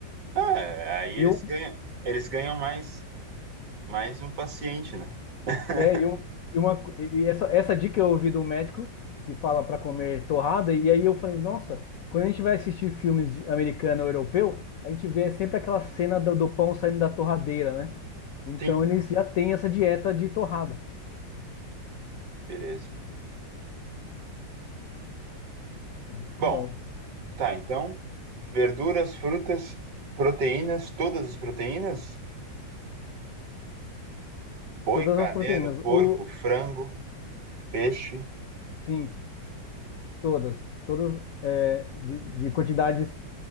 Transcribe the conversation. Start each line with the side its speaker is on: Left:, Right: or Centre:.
Right: é, aí
Left: E,
Right: eles
Left: eu,
Right: ganham, eles ganham mais, mais um paciente, né? <laughs>
Left: é, e eu, e uma, co- e e essa, essa dica eu ouvi de um médico que fala para comer torrada, e aí eu falei, nossa, quando a gente vai assistir filmes de americano ou europeu, a gente vê sempre aquela cena do, do pão saindo da torradeira, né? Então
Right: Sim,
Left: eles já têm essa dieta de torrada.
Right: beleza.
Left: Muito
Right: Bom,
Left: bom.
Right: tá, então, verduras, frutas, proteínas, todas as proteínas, boi,
Left: Todas
Right: carneiro,
Left: as proteínas.
Right: porco,
Left: O,
Right: frango, peixe,
Left: sim, Todas, todas é, de, de quantidades